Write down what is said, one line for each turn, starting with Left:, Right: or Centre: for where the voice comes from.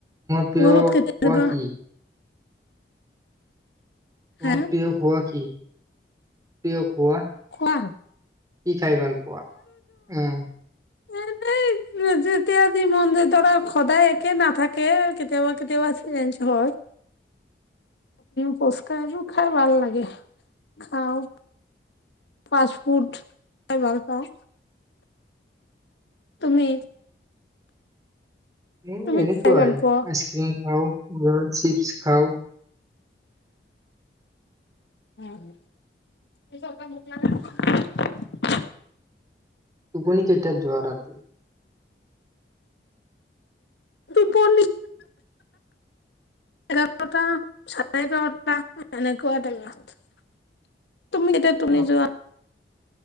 Right: ফ
Left: ঘৰত কেতিয়া
Right: পোৱা
Left: যাবা
Right: কি <inaudible> তোমাৰ
Left: হা
Right: প্ৰিয় হোৱা কি? প্ৰিয় কোৱা।
Left: কোৱা।
Right: কি খাই ভাল পোৱা? উম!
Left: এনেই, যেতিয়া যি মন যায় ধৰা সদায় একে নাথাকে। কেতিয়াবা, কেতিয়াবা চেঞ্জ হয়। ফুচকাবোৰ খাই ভাল লাগে, খাও। ফাষ্ট ফুড খাই ভাল পাওঁ। তুমি?
Right: উ!
Left: তুমি
Right: এনেকুৱাই,
Left: কি খাই ভাল পোৱা?
Right: আইছক্ৰিম। খাও, মই চিপছ খাও।
Left: উ <inaudible>
Right: টোপনি কেইটাত যোৱা ৰাতি?
Left: টোপনি! এঘাৰটা, চাৰে এঘাৰটা এনেকুৱা টে আৰু। তুমিকেইটাত টোপনি
Right: অ,
Left: যোৱা?